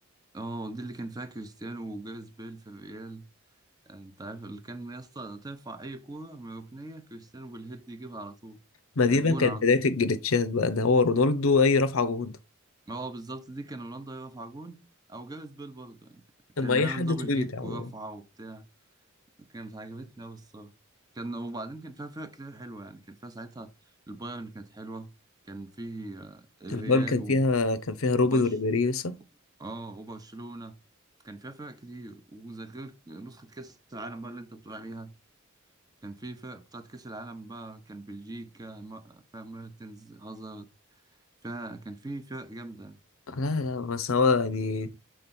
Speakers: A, on the right; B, on the left.
A: آه، دي اللي كان فيها كريستيانو وجاريث بيل في الريال انت عارف اللي كان يا اسطى تنفع اي كوره من ركنيه كريستيانو بالهيد يجيبها على طول
B: ما
A: آه،
B: دي
A: جون
B: بقى كانت
A: على طول
B: بداية الجليتشات بقى ده هو رونالدو أي رفعة جهود
A: هو بالظبط دي كان رونالدو يرفع جون او جاريث بيل برضه يعني
B: أما
A: كان
B: أي
A: بيعمل
B: حد
A: دبل
B: طويل
A: كيك
B: ده عموما
A: ورفعه وبتاع كانت عجبتني قوي الصراحه كان وبعدين كان فيها فرق كتير حلوه يعني كان فيها ساعتها البايرن كانت حلوه كان في آه، الريال
B: البال كان
A: و-
B: فيها كان فيها روبن
A: وبرش
B: وريبيري لسه
A: اه وبرشلونه كان فيها فرق كتير وغير نسخه كاس العالم بقى اللي انت بتقول عليها كان في فرق بتاعت كأس العالم بقى كان بلجيكا م- فيها ميرتنز هازارد فيها كان في فرق جامدة
B: لا لا بس هو يعني